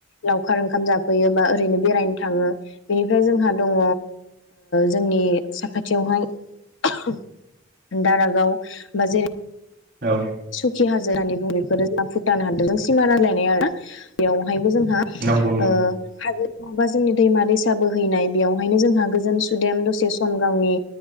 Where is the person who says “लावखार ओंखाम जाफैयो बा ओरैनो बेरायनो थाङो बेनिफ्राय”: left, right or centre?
Left